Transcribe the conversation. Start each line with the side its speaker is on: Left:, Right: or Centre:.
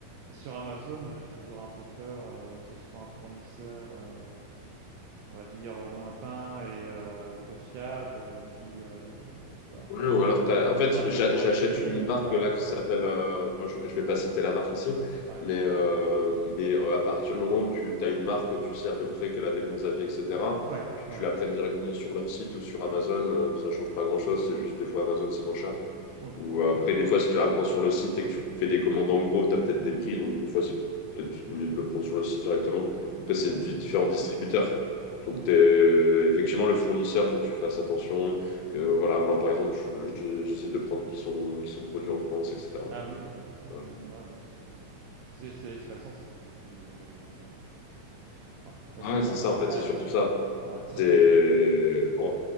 Right: sur Amazon, moi j'ai toujours un peu peur euh, que ce soit un fournisseur, euh, on va dire, euh, lointain et euh, peu fiable, euh, qui, euh, qui va
Left: Ouais,
Right: un petit
Left: ou
Right: peu
Left: alors, t'as- en fait,
Right: gratter
Left: j'a-
Right: sur
Left: j'achète
Right: les prix
Left: une
Right: et qui
Left: marque
Right: va...
Left: là qui s'appelle, euh, moi, je, je vais pas citer la marque ici,
Right: Ouais,
Left: mais, euh, mais euh, à partir du moment où tu as une marque, tu sais à peu près qu'elle a des bons avis, etc.
Right: ouais,
Left: Que
Right: ouais.
Left: tu la prennes directement sur leur site ou sur Amazon, euh, ça change pas grand-chose, c'est juste des fois Amazon c'est moins cher.
Right: Mhm,
Left: Ou
Right: d'accord,
Left: euh, après, des fois, si tu l'apprends sur le site et que tu fais des commandes en gros, tu as peut-être des prix. Donc, des fois, c'est peut-être mieux de le prendre sur le site directement.
Right: d'accord.
Left: Après, c'est du différents distributeurs. Faut
Right: Mhm.
Left: que t'aies- effectivement, le fournisseur, faut que tu fasses attention. Que, voilà, moi, par exemple, je- je- j'essaie de prendre qui sont, qui sont produits en France, etc.
Right: Ah oui, Made in France,
Left: Voilà.
Right: ouais. Ouais, ouais, c'est, euh, c'est- c'est- de toute façon, c'est beaucoup plus euh, réglementé en France. hein. Ouais, parce
Left: Ouais,
Right: que bon,
Left: c'est ça, en fait.
Right: y a-
Left: C'est surtout ça.
Right: ouais,
Left: C'est,
Right: moi j'ai- j'ai-
Left: en